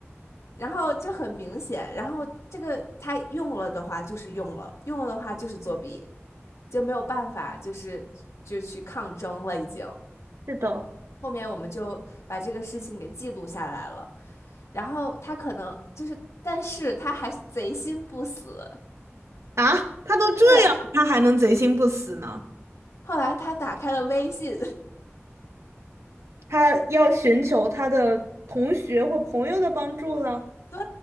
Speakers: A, on the left (about 80°); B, on the right (about 75°).
A: 然后就很明显，然后这个他用了的话就是用了，用了的话就是作弊，就没有办法，就是就去抗争了已经。
B: 是的，
A: 后面我们就把这个事情给记录下来了。然后他可能就是，但是他还贼心不死。
B: 啊，他都这样了他还能贼心不死呢？
A: 对，后来他打开了微信，
B: 他要寻求他的同学或朋友的帮助了。
A: <laughs> 对，